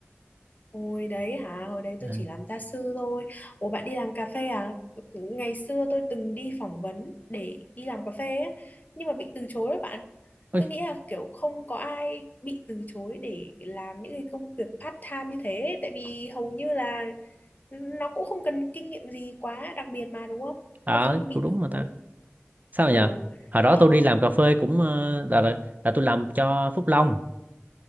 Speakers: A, on the left (about 35°); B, on the right (about 40°).
A: hồi đấy hả? Hồi đấy tôi
B: À,
A: chỉ làm gia sư thôi. Ồ bạn đi làm cà phê à? Ngày xưa tôi từng đi phỏng vấn để đi làm cà phê ấy, nhưng mà bị từ chối đó bạn.
B: ôi,
A: Tôi nghĩ là kiểu không có ai bị từ chối để làm những cái công việc part time như thế tại vì hầu như là nó cũng không cần kinh nghiệm gì quá đặc biệt mà đúng không?
B: à,
A: Nhưng mà tôi bị
B: cũng đúng
A: từ
B: mà
A: chối.
B: ta. Sao
A: Ồ.
B: nhỉ? Hồi đó
A: Ờ.
B: tôi đi làm cà phê cũng ờ, là, là là tôi làm cho Phúc Long.